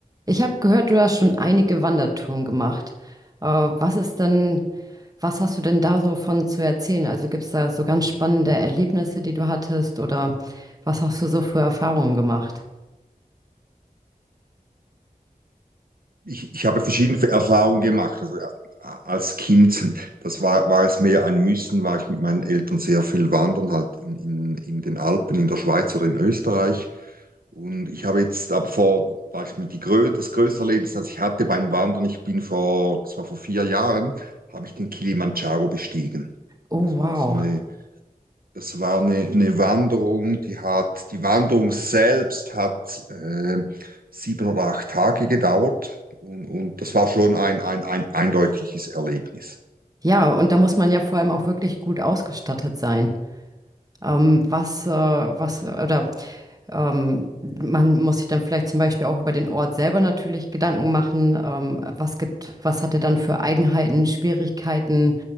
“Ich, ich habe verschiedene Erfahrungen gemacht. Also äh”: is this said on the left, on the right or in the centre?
Right